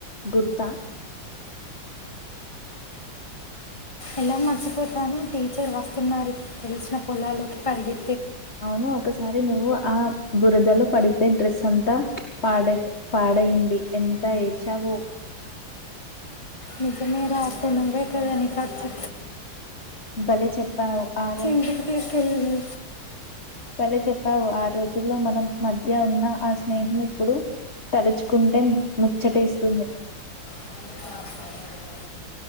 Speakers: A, on the left (about 35°); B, on the left (about 15°).
A: గురుత
B: ఎలా మర్చిపోతాను టీచర్ వస్తున్నారు తెలిసిన పొలాలోకి పరిగె
A: అవును ఒకసారి అంటే నువ్వు ఆ బురదలో పడితే డ్రెస్ అంతా పాడ పాడైంది ఎంత అయి చవో
B: నిజమే రాకును వ కదని ఖర్చు
A: భలే చెప్పావు ఆరో
B: ఇంటికి తీసుకెళ్ళి
A: భలే చెప్పావు ఆ రోజుల్లో మనం మధ్య ఉన్న ఆ స్నేహం ఇప్పుడు తలుచుకుంటే మ్ ముచ్చటేస్తుంది
B: <inaudible>